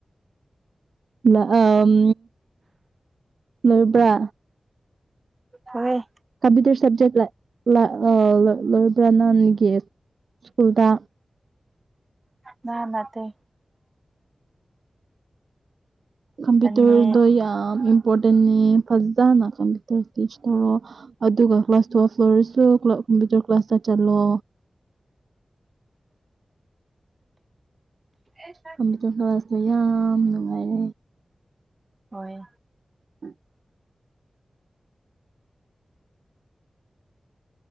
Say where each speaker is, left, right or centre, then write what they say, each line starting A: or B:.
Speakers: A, on the right; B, on the right.
A: ꯂ ꯑꯝ ꯂꯣꯏꯕ꯭ꯔꯥ
B: ꯍꯣꯏꯌꯦ
A: ꯀꯝꯄ꯭ꯌꯨꯇꯔ ꯁꯕꯖꯦꯛ ꯂ ꯂ ꯑ ꯂꯣꯢ ꯂꯣꯢꯕ꯭ꯔꯥ ꯅꯪꯒꯤ ꯁ꯭ꯀꯨꯜꯗ
B: ꯅꯥ ꯅꯠꯇꯦ
A: ꯀꯝꯄ꯭ꯌꯨꯇꯔꯗꯣ
B: ꯑꯅꯤ
A: ꯌꯥꯝ ꯏꯝꯄꯣꯔꯇꯦꯟꯅꯤ ꯐꯖꯅ ꯀꯝꯄ꯭ꯌꯨꯇꯔ ꯇꯤꯁ ꯇꯧꯔꯣ ꯑꯗꯨꯒ ꯀ꯭ꯂꯥꯁ ꯇꯨꯌꯦꯜꯐ ꯂꯣꯏꯔꯁꯨ ꯀꯝꯄ꯭ꯌꯨꯇꯔ ꯀ꯭ꯂꯥꯁꯇ ꯆꯠꯂꯣ
B: ꯑꯦ
A: ꯀꯝꯄ꯭ꯌꯨꯇꯔ ꯀ꯭ꯂꯥꯁꯇꯣ ꯌꯥꯝ ꯅꯨꯡꯉꯥꯏꯔꯦ
B: ꯍꯣꯏ
A: <inaudible>